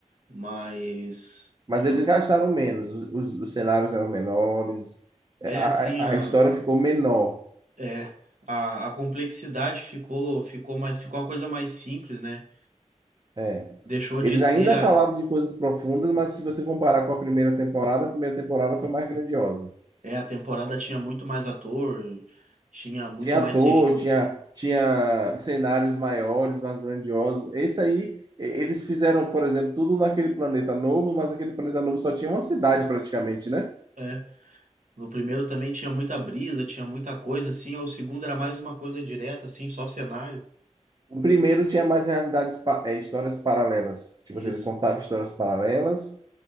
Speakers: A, on the right (about 90°); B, on the right (about 35°).
A: mas
B: Mas
A: eu
B: eles gastaram menos, os, os- os cenários eram menores, é,
A: é
B: a,
A: assim a
B: a a história ficou menor.
A: é a, a complexidade ficou ficou mais ficou uma coisa mais simples, né?
B: É.
A: Deixou de
B: Eles
A: ser
B: ainda
A: a
B: falaram de coisas profundas, mas se você comparar com a primeira temporada, a primeira temporada foi mais grandiosa.
A: é a temporada tinha muito mais ator, tinha muito
B: Tinha
A: mais
B: ator,
A: CGI,
B: tinha, tinha cenários maiores, mais grandiosos. Esse aí, e- eles fizeram, por exemplo, tudo naquele planeta novo, mas aquele planeta novo só tinha uma cidade praticamente, né?
A: é. No primeiro também tinha muita brisa, tinha muita coisa assim, o segundo era mais uma coisa direta assim, só cenário.
B: O primeiro tinha mais realidades, pa- eh, histórias paralelas. Tipo,
A: Isso.
B: assim, ele contava histórias paralelas